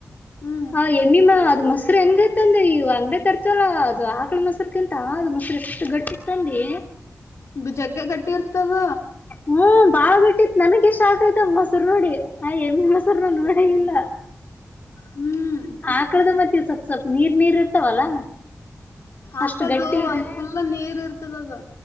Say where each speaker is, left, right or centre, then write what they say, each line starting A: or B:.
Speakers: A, on the left (about 70°); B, on the left (about 35°).
A: ಹ್ಮ್
B: ಹಾ ಎಮ್ಮಿಮ್ಮ ಮೊಸರು ಹೆಂಗತಂದೆಯೂ ಅಂಗಡಿ ತರ್ತವಲ್ಲ ಅದು ಆಕಳ ಮೊಸರುಕ್ಕಿಂತವ. ಹೌದು ಮೊಸರು ಎಷ್ಟು ಗಟ್ಟಿತಂದೆ
A: ಹ್ಮ್ ಜಗ್ಗೆ ಗಟ್ಟಿ ಇರ್ತದ
B: ಹ್ಮ ಬಾಳ್ ಗಟ್ಟಿತ್ ನನಗೆ ಶಾಕ್ ಆಯ್ತ ಮೊಸರು ನೋಡಿ ಆ ಎಮ್ಮಿ ಮೊಸರು ನೋಡೆ ಇಲ್ಲ.
A: ಹ್ಮ್
B: ಅಕಳದಿಂದ ಟೀ ಸ್ವಪ್ ಸ್ವಲ್ಪ್ ನೀರ್ ನೀರ್ ಇರ್ತಾವಲ್ಲ.
A: ಆಕಳದು
B: ಅಷ್ಟು ಗಟ್ಟಿ ಇರೆ
A: ಒಂದ್ ಫುಲ್ ನೀರ್ ಇರ್ತದ ಅದು